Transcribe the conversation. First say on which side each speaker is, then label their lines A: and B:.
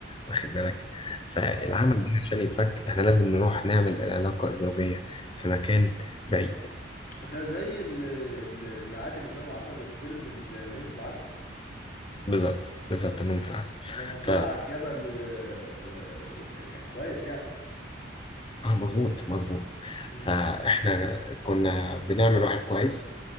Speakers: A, on the left; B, on the left.
A: واخد بالك فالعمل
B: آه
A: ده عشان يتفك احنا لازم نروح نعمل العلاقة الزوجية في مكان بعيد
B: ده زي اللي اللي عادل إمام عمله في فيلم النوم في العسل
A: بالظبط بالظبط النوم في العسل
B: لما طلع
A: ف
B: على الجبل و... و... و... ده كان كويس يعني
A: اه مظبوط مظبوط
B: مم.
A: فاحنا كنا بنعمل واحد كويس